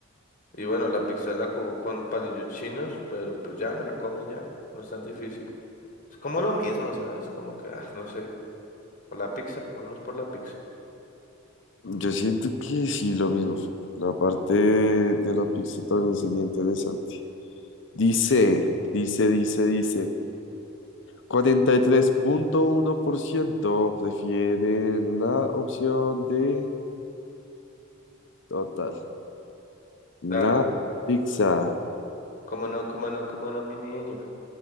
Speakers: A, on the left; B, on the left.
A: Y bueno, la pizza la cojo con palillos chinos, pero pues ya me la como y ya, no es tan difícil. Es como lo mismo, ¿sabes? Como que, ah, no sé, por la pizza, vámonos por la pizza.
B: Yo siento que sí, lo mismo. La parte de la pizza también sería interesante. Dice, dice, dice, dice. cuarenta y tres punto uno por ciento prefieren la opción de Total.
A: Claro,
B: La pizza.
A: cómo no, cómo no, cómo no, mi niño.